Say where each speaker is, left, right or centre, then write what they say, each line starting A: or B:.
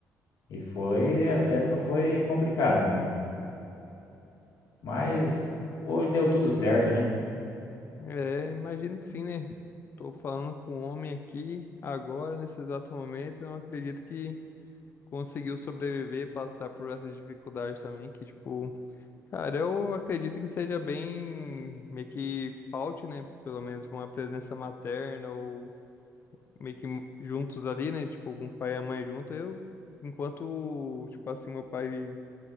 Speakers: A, on the left; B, on the left.
A: E foi, essa época foi complicada, mano. Mas hoje deu tudo certo, né?
B: É, imagino que sim, né? Tô falando com um homem aqui agora, nesse exato momento, e não acredito que. conseguiu sobreviver e passar por essas dificuldades também, que, tipo, cara, eu acredito que seja bem, meio que falte, né, pelo menos uma presença materna ou meio que juntos ali, né, tipo, com o pai e a mãe junto, eu, enquanto, tipo assim, meu pai